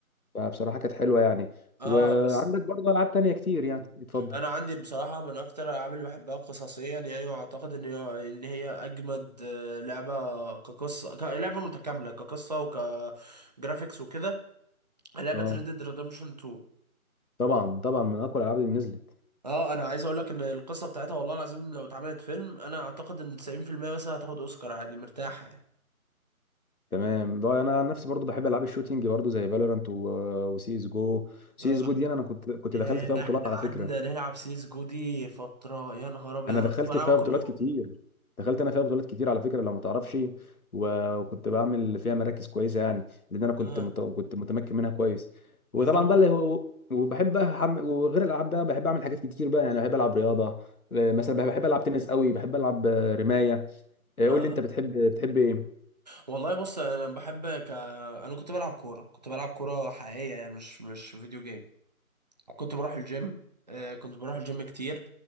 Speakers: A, on the left (about 75°); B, on the right (about 30°).
A: فبصراحه كانت حلوه يعني
B: اه
A: وعندك
B: بس
A: برضه العاب تانيه كتير يعني اتفضل
B: انا عندي بصراحه من اكتر الالعاب اللي بحبها قصصيا يعني واعتقد ان هي- ان هي اجمد آه، لعبه كقصه ك- لعبه متكامله كقصه وكجرافيكس وكده لعبه
A: اه
B: Red Dead Redemption 2
A: طبعا طبعا من اقوى الالعاب اللي نزلت
B: اه انا عايز اقول لك ان القصه بتاعتها والله العظيم لو اتعملت فيلم انا اعتقد ان 90% مثلا هتاخد اوسكار عادي مرتاحه يعني
A: تمام بقى انا عن نفسي برضو بحب العاب الشوتينج برضو زي فالورانت وسي اس جو سي
B: اه
A: اس جو دي انا أنا كنت كنت
B: يا
A: دخلت فيها بطولات
B: احنا
A: على
B: قعدنا
A: فكره
B: نلعب سيس جو دي فترة يا نهار ابيض
A: انا
B: انا
A: دخلت
B: كنت بلعبها
A: فيها
B: كل
A: بطولات
B: يوم
A: كتير دخلت انا فيها بطولات كتير على فكره لو ما تعرفش و- وكنت بعمل فيها مراكز كويسه يعني لان انا كنت
B: اه
A: مت... كنت متمكن منها كويس وطبعا
B: حلو
A: بقى اللي هو وبحب بقى حم... وغير الالعاب بقى بحب اعمل حاجات كتير بقى يعني بحب العب رياضه آه، مثلا بحب بحب العب تنس قوي بحب العب آه، رمايه آه،
B: اه
A: قول
B: آه.
A: لي انت بتحب بتحب ايه
B: والله بص انا بحب ك... انا كنت بلعب كورة كنت بلعب كورة حقيقية يعني مش مش فيديو جيم كنت بروح الجيم آه كنت بروح الجيم كتير